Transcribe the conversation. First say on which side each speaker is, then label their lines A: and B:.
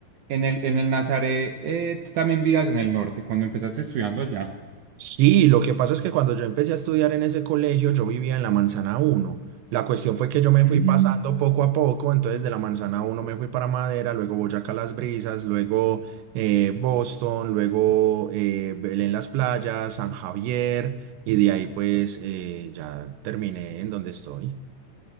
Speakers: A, on the right; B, on the right.
A: en el, en el Nazaret, eh, tú también vivías en el norte, cuando empezaste estudiando allá.
B: Sí, lo que pasa es que cuando yo empecé a estudiar en ese colegio, yo vivía en la Manzana Uno. La cuestión fue que yo me
A: Mm.
B: fui pasando poco a poco, entonces de la Manzana Uno me fui para Madera, luego Boyacá Las Brisas, luego eh, Boston, luego eh, Belén Las Playas, San Javier, y de ahí pues eh, ya terminé en donde estoy.